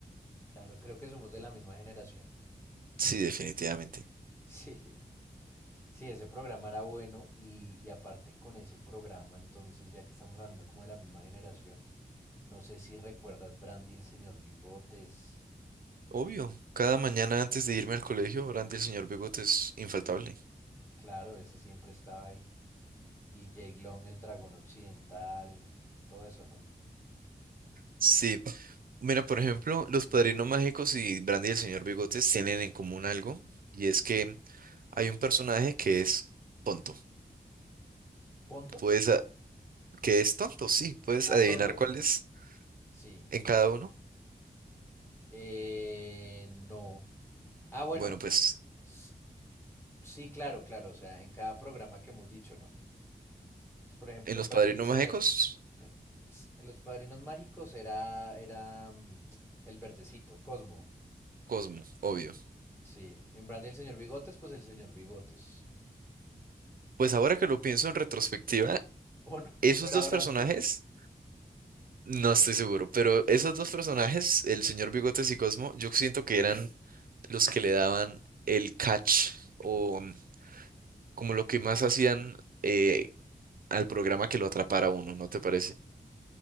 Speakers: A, on the left; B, on the right.
A: claro, creo que somos de la misma generación. <laughs>
B: Sí, definitivamente.
A: Sí, sí, ese programa era bueno y, y aparte con ese programa, entonces ya que estamos hablando como de la misma generación, no sé si recuerdas Brandy, el señor Bigotes,
B: Obvio,
A: Y
B: cada mañana antes de irme
A: sí,
B: al colegio, Brandy el señor Bigote es infaltable.
A: cla- claro, ese siempre estaba ahí. Y Jake Long, el dragón occidental, todo eso, ¿no?
B: Sí, mira, por ejemplo, Los Padrinos Mágicos y Brandy y el señor Bigotes tienen en común algo, y es que hay un personaje que es tonto.
A: ¿Ponto?
B: Puedes, a- que es tonto, sí, puedes
A: Ah,
B: adivinar
A: tonto, tonto.
B: cuál es
A: Sí.
B: en cada uno.
A: Eh, no. Ah, bueno.
B: Bueno, pues
A: s- Sí, claro, claro. O sea, en cada programa que hemos dicho, ¿no? Sí, por ejemplo,
B: En Los
A: en Brandy
B: Padrinos
A: el Señor,
B: Mágicos,
A: eh, s- en Los Padrinos Mágicos era, era mm, el verdecito, Cosmo.
B: Cosmo, obvio.
A: Sí. En Brandy el Señor Bigotes, pues el señor Bigotes.
B: Pues ahora que lo pienso en retrospectiva,
A: O no, <laughs>
B: esos
A: o era
B: dos
A: Brandy.
B: personajes, no estoy seguro, pero esos dos personajes, el señor Bigotes y Cosmo, yo siento que eran los que le daban el catch o mm, como lo que más hacían eh, al programa que lo atrapara a uno, ¿no te parece?